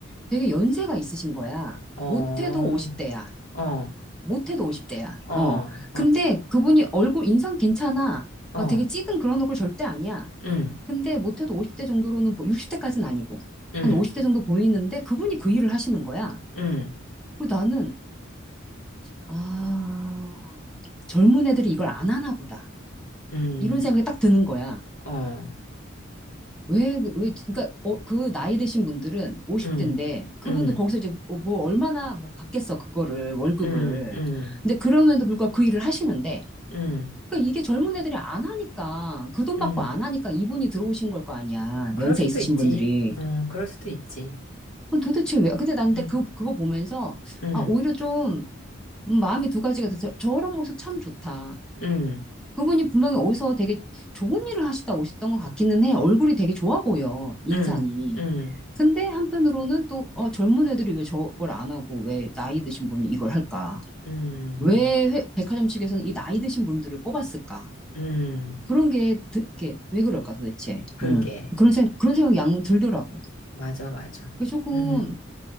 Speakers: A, in the centre; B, on the left.
A: 되게 연세가 있으신 거야.
B: 어,
A: 못해도
B: 어,
A: 50대야.
B: 어,
A: 못해도 50대야.
B: 어,
A: 어. 근데 그분이 얼굴 인상 괜찮아.
B: 어,
A: 막 되게 찌든 그런 얼굴 절대 아니야.
B: 응,
A: 근데 못해도 50대 정도로는, 뭐 60대까지는 아니고,
B: 응,
A: 한 50대 정도 보이는데 그분이 그 일을 하시는 거야.
B: 응,
A: 그 나는, 아, 젊은 애들이 이걸 안 하나 보다.
B: 응,
A: 이런 생각이 딱 드는 거야.
B: 어,
A: 왜, 그- 왜, 그니까, 어, 그 나이 드신 분들은 50대인데,
B: 응,
A: 그분들
B: 응,
A: 거기서 이제 어, 뭐 얼마나 뭐 받겠어, 그거를, 월급을.
B: 응, 응,
A: 근데 그럼에도 불구하고 그 일을 하시는데,
B: 응,
A: 그니까 이게 젊은 애들이 안 하니까, 그 돈
B: 응.
A: 받고 안 하니까 이분이 들어오신 걸 거 아니야.
B: 그럴
A: 연세
B: 수도
A: 있으신
B: 있지.
A: 분들이.
B: 어, 그럴 수도 있지.
A: 그럼 도대체 왜? 근데 난 근데
B: 응,
A: 그, 그거 보면서,
B: 응,
A: 아, 오히려 좀, 음, 마음이 두 가지가 돼서 저런 모습 참 좋다.
B: 응,
A: 그분이 분명히 어디서 되게 좋은 일을 하시다 오셨던 것 같기는 해. 얼굴이 되게 좋아 보여, 인상이.
B: 응, 응,
A: 근데 한편으로는 또, 어, 젊은 애들이 왜 저걸 안 하고, 왜 나이 드신 분이 이걸 할까?
B: 응,
A: 왜 회- 백화점 측에서는 이 나이 드신 분들을 뽑았을까?
B: 응.
A: 그런 게, 드, 게왜 그럴까 도대체?
B: 그러게.
A: 음. 그런 생, 그런 생각이 양 들더라고.
B: 맞아, 맞아.
A: 그래서 조금,
B: 응.